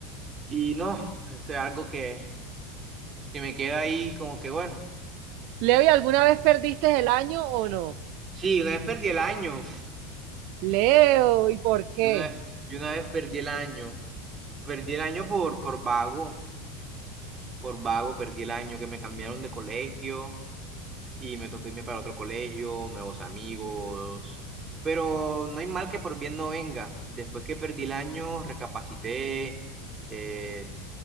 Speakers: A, on the right; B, on the right.
A: y no, eso es algo que, que me queda ahí como que, bueno,
B: Leo, ¿y alguna vez perdiste el año o no?
A: sí, una vez perdí el año,
B: Leo, ¿y por qué?
A: yo una vez, yo una vez perdí el año, perdí el año por, por vago, por vago perdí el año, que me cambiaron de colegio. Y me tocó irme para otro colegio, nuevos amigos. Pero no hay mal que por bien no venga. Después que perdí el año, recapacité, eh,